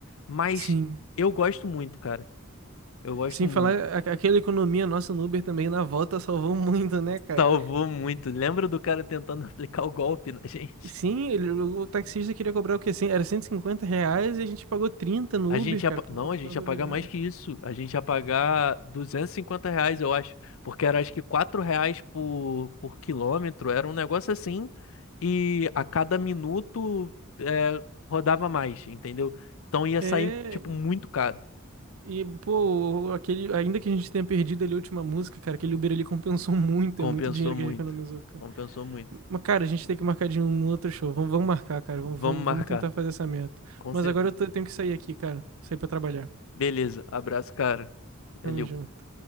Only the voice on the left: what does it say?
Mas
eu gosto muito, cara. Eu gosto
muito.
Salvou muito. Lembra do cara tentando <laughs> aplicar o golpe na gente?
A gente
ia...
pa-
Não,
a gente
ia pagar mais que isso. A gente ia pagar 250 reais, eu acho. Porque era acho que 4 reais por, por quilômetro. Era um negócio assim. E a cada minuto é, rodava mais, entendeu? Então ia
sair, tipo, muito caro.
Compensou
muito.
Compensou muito.
Vamos
marcar,
com
certeza.
Beleza, abraço, cara. Valeu.